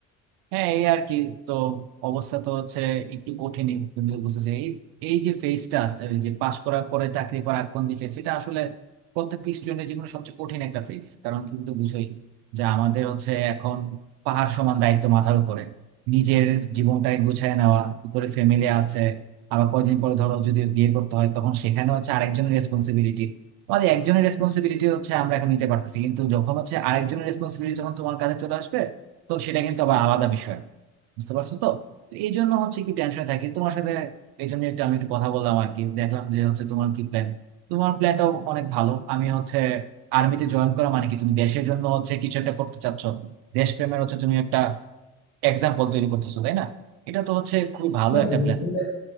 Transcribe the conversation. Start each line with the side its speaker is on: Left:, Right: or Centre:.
Right: হ্যাঁ এই আর কি তো অবস্থা তো হচ্ছে একটু কঠিনই তুমি তো বুঝতেছো এই এই যে ফেজটা যে পাশ করার পরে চাকরি পাওয়ার আগ পর্যন্ত ফেজ এটা আসলে প্রত্যেক স্টুডেন্টের জীবনে সবচেয়ে কঠিন একটা ফেজ কারণ তুমি তো বুঝোই যে আমাদের হচ্ছে এখন পাহাড় সমান দায়িত্ব মাথার উপরে নিজের জীবনটাকে গুছায় নেওয়া উপরে ফ্যামিলি আছে আবার কয়দিন পরে ধরো যদি বিয়ে করতে হয় তখন সেখানে হচ্ছে আরেকজনের রেসপন্সিবিলিটি আমাদের একজনের রেসপন্সিবিলিটি হচ্ছে আমরা এখন নিতে পারতেছি কিন্তু যখন হচ্ছে আরেকজনের রেসপন্সিবিলিটি যখন তোমার কাছে চলে আসবে তো সেটা কিন্তু আবার আলাদা বিষয় বুঝতে পারছো তো এই জন্য হচ্ছে কি টেনশনে থাকি তোমার সাথে এই জন্য একটু আমি একটু কথা বললাম আর কি দেখলাম যে হচ্ছে তোমার কি প্ল্যান তোমার প্ল্যানটাও অনেক ভালো আমি হচ্ছে আর্মিতে জয়েন করা মানে কি তুমি দেশের জন্য হচ্ছে কিছু একটা করতে চাচ্ছ দেশপ্রেমের হচ্ছে তুমি একটা এক্সাম্পল তৈরি করতেছো তাই না এটা তো হচ্ছে খুবই ভালো
Left: হ্যাঁ,
Right: একটা
Left: বন্ধু,
Right: প্ল্যান
Left: আসলে